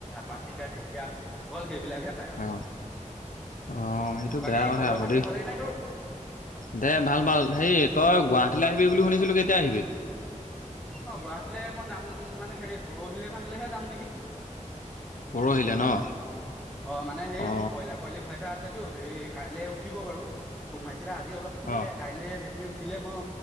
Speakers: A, in the centre; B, on the left.
A: পাত তিতা, ঢেঁকীয়া অকল সেইবিলাকে। পাই আৰু
B: অ', অ', সেইটো
A: বাকী
B: বেয়া কথা
A: খবৰ
B: আকৌ
A: পাতি
B: দেই।
A: ভালেই নে তোৰ?
B: দে ভাল, ভাল হেৰি তই গুৱাহাটীলৈ আহিবি বুলি শুনিছিলোঁ কেতিয়া আহিবি?
A: অ', গুৱাহাটীলৈ মই যাম মানে হেৰি পৰহিলৈ মানহে যাম নেকি।
B: পৰহিলে ন?
A: অ', মানে সেই
B: অ
A: মোৰ ব্ৰইলাৰ পোৱালি ভৰাই থোৱা আছেতো, সেই কাইলৈ উঠিব বাৰু ফোন মাৰিছিলে আজি অলপ। উঠিলে
B: অ
A: কাইলৈ সেইখিনি উঠিলে ম